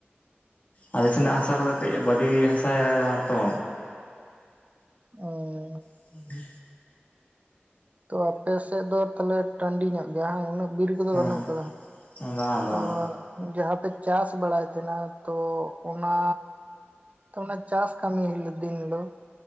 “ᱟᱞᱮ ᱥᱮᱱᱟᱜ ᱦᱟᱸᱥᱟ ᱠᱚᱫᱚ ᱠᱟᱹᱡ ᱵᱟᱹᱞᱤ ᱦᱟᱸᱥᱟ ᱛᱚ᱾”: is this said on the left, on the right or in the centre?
Left